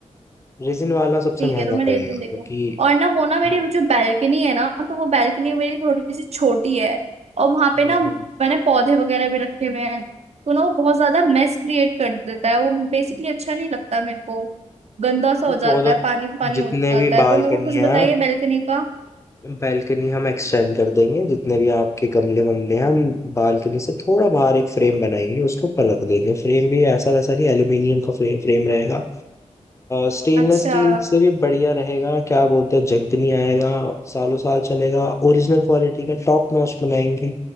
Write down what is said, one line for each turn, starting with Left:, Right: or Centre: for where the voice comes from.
Left: रेजिन वाला सबसे
Right: ठीक
Left: महंगा
Right: है तो मैं रेसिन
Left: पड़ेगा
Right: देखती
Left: क्योंकि
Right: हूँ और ना वो ना मेरी
Left: हम्म,
Right: जो बैल्कनी है ना तो वो बैल्कनी मेरी थोड़ी सी छोटी है और वहां पे
Left: हम्म,
Right: ना मैंने पौधे वगैरह भी रखे हुए हैं तो ना वो बहुत ज्यादा मेस क्रिएट कर देता है वो बेसिकली अच्छा नहीं लगता मेरे को गंदा सा हो
Left: ये
Right: जाता
Left: पौधा
Right: है पानी पानी
Left: जितने
Right: हो जाता
Left: भी
Right: है
Left: बालकनी
Right: तो मेरे को कुछ
Left: है
Right: बताइए बैल्कनी का
Left: बैल्कनी हम एक्सटेंड कर देंगे जितने भी आपके गमले वमले हैं हम बालकनी से थोड़ा बाहर एक फ्रेम बनाएंगे उसके ऊपर रख देंगे फ्रेम भी ऐसा वैसा नहीं एल्यूमिनियम का फ्रेम फ्रेम रहेगा स्टेनलेस
Right: अच्छा
Left: स्टील से भी बढ़िया रहेगा क्या बोलते हैं जंग नहीं आएगा सालों साल चलेगा ओरिजिनल क्वालिटी का टॉप नॉच बनाएंगे